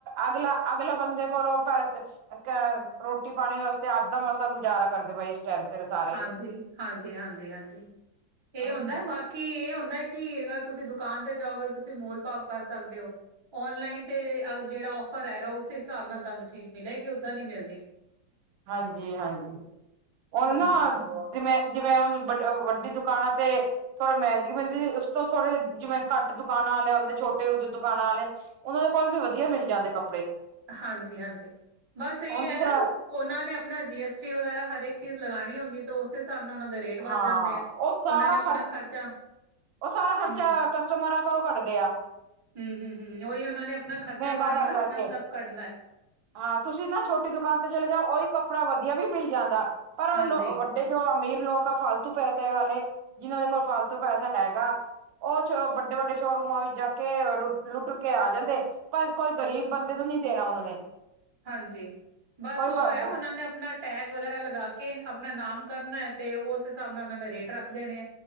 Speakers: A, on the right; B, on the right.
A: ਅਗਲਾ ਅਗਲਾ ਬੰਦੇ ਕੋਲੋਂ ਪੈਸੇ ਅ ਰੋਟੀ ਪਾਣੀ ਵਾਸਤੇ ਆਪਦਾ ਮਸਾਂ ਗੁਜ਼ਾਰਾ ਕਰਦੇ ਪ ਇਸ <unintelligible> <unintelligible>
B: ਹਾਂਜੀ, ਹਾਂਜੀ-ਹਾਂਜੀ, ਹਾਂਜੀ ਇਹ
A: ਹਮ
B: ਹੁੰਦਾ ਬਾਕੀ ਕੀ ਇਹ ਹੁੰਦਾ ਕਿ ਅਰ ਤੁਸੀਂ ਦੁਕਾਨ ਤੇ ਜਾਓਗੇ ਤੁਸੀਂ ਮੋਲ ਭਾਵ ਕਰ ਸਕਦੇ ਹੋ। ਓਨਲਾਈਨ ਤੇ ਜਿਹੜਾ ਔਫਰ ਹੈਗਾ, ਉਸੇ ਹਿਸਾਬ ਨਾਲ ਤੁਹਾਨੂੰ ਚੀਜ਼ ਮਿਲੇਗੀ ਓਦਾਂ ਨ ਮਿਲਦੀ।
A: ਹਾਂਜੀ-ਹਾਂਜੀ ਉਹ
B: ਹੂੰ
A: ਨਾ ਜ ਮੈਂ ਜਿਵੇਂ ਹੁਣ ਵ ਵੱਡੀ ਦੁਕਾਨਾਂ ਤੇ ਥੋੜ੍ਹਾ ਮਹਿੰਗੀ ਮਿਲਦੀ ਉਸ ਤੋਂ ਥੋੜੇ ਜਿਵੇਂ ਘੱਟ ਦੁਕਾਨਾਂ ਵਾਲੇ ਆਉਂਦੇ ਛੋਟੇ ਦੁਕਾਨਾਂ ਵਾਲੇ ਉਹਨਾਂ ਦੇ ਕੋਲ ਵੀ ਵਧੀਆ ਮਿਲ ਜਾਂਦੇ ਕੱਪੜੇ।
B: ਹਾਂਜੀ ਹਾਂਜੀ ਬਸ ਇਹ
A: ਹੁਣ ਜਿਸ
B: ਹੈਗਾ
A: ਤਰ੍ਹਾਂ
B: ਉਹਨਾਂ ਨੇ ਆਪਣਾ ਜੀ ਐਸ ਟੀ ਵਗੈਰਾ ਹਰੇਕ ਚੀਜ਼ ਲਗਾਣੀ ਹੁੰਦੀ ਤਾਂ ਉਸੇ ਹਿਸਾਬ ਨਾਲ ਉਹਨਾਂ ਦੇ ਰੇਟ ਵੱਧ
A: ਹਾਂ
B: ਜਾਂਦੇ ਆ
A: ਉਹ ਸਾਰਾ
B: ਉਹਨਾਂ ਨੇ ਆਪਣਾ ਖਰਚਾ
A: ਉਹ ਸਾਰਾ ਖਰਚਾ
B: ਹੂੰ,
A: ਕਸਟਮਰਾਂ ਘਰੋਂ ਕੱਟਦੇ ਆ <unintelligible>
B: ਹਮ ਹਮ ਹਮ ਉਹੀ ਉਹਨਾਂ ਨੇ ਆਪਣਾ ਖਰਚਾ
A: ਮਹਿੰਗਾ
B: ਪਾਣੀ
A: ਕਰ
B: ਨਾ ਆਪਣਾ
A: ਕਰਕੇ
B: ਸਭ ਕੱਢ
A: ਹਾਂ ਤੁਸੀਂ ਨਾ ਛੋਟੀ ਦੁਕਾਨ ਤੇ ਚਲੇ ਜਾਓ ਉਹੀ ਕੱਪੜਾ ਵਧੀਆ ਵੀ ਮਿਲ ਜਾਂਦਾ ਪਰ ਉਹ
B: ਹਾਂਜੀ,
A: ਲੋਕ ਵੱਡੇ ਜੋ ਅਮੀਰ ਲੋਕ ਫਾਲਤੂ ਪੈਸੇ ਵਾਲੇ ਜਿਹਨਾਂ ਦੇ ਕੋਲ ਫਾਲਤੂ ਪੈਸਾ ਹੈਗਾ ਉਹ ਛੋ ਵੱਡੇ-ਵੱਡੇ ਸ਼ੋਰੂਮਾਂ ਵਿੱਚ ਜਾ ਕੇ ਲੁੱਟ ਕੇ ਆ ਜਾਂਦੇ। ਪਰ ਕੋਈ ਗ਼ਰੀਬ ਬੰਦੇ ਨੂੰ ਨਹੀਂ ਦੇਣਾ ਉਹਨਾਂ ਨੇ।
B: ਹਾਂਜੀ ਬਸ
A: ਕੋਈ
B: ਉਹ
A: ਬ
B: ਹੈ
A: ਬ
B: ਉਹਨਾਂ ਨੇ ਨਾ ਟੈਗ ਵਗੈਰਾ ਲਗਾ ਕੇ ਆਪਣਾ ਨਾਮ ਕਰਨਾ ਹੈ ਤੇ ਉਸ ਹਿਸਾਬ ਨਾਲ ਉਹਨਾ ਨੇ ਰੇਟ ਰੱਖ ਦੇਣੇ ਹੈ।